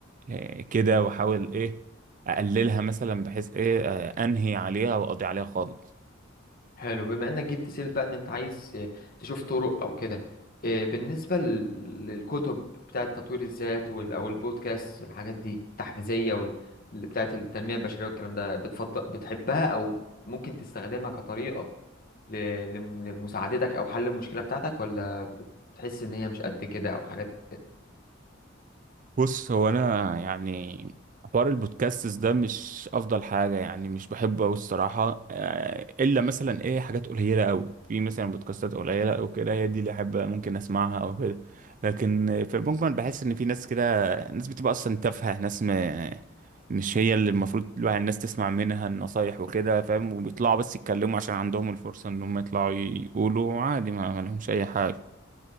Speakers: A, on the right; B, on the left.
A: آه، كده وأحاول إيه أقللها مثلا بحيث إيه آه، أنهي عليها وأقضي عليها خالص
B: حلو بما انك جبت سيرة بقى ان انت عايز آه، تشوف طرق او كده آه، بالنسبة لل- للكتب بتاعة تطوير الذات وال- او البودكاست الحاجات دي التحفيزية وال- اللي بتاعة التنمية البشرية والكلام ده بتفضل بتحبها او ممكن تستخدمها كطريقة ل- لم- لمساعدتك او حل المشكلة بتاعتك ولا بتحس ان هي مش قد كده او حاجات
A: بص هو انا يعني حوار البودكاستس ده مش افضل حاجه يعني مش بحبه قوي الصراحه آه، الا مثلا ايه حاجات قليله قوي في مثلا بودكاستات قليله او كده هي دي اللي احب ممكن اسمعها او كده لكن في المجمل بحس ان في ناس كده ناس بتبقى اصلا تافهه ناس م... مش هي اللي المفروض الواحد الناس تسمع منها النصايح وكده فاهم وبيطلعوا بس يتكلموا عشان عندهم الفرصه ان هم يطلعوا يقولوا عادي ما ما لهمش اي حاجه